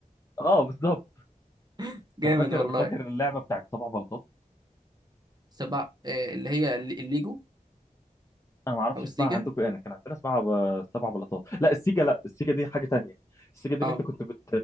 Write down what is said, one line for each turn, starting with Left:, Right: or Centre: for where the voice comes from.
Left: اه بالظبط
Right: <laughs> جامد
Left: انت فاكر
Right: والله
Left: فاكر اللعبه بتاعت سبع بلاطات
Right: سبع إيه اللي هي الليجو
Left: انا ما اعرفش
Right: او السيجا
Left: اسمها عندكم ايه انا كان عندنا اسمها ب- سبع بلاطات لا السيجا لا السيجا دي حاجه تانية السيجا دي
Right: اه
Left: اللي انت كنت بت...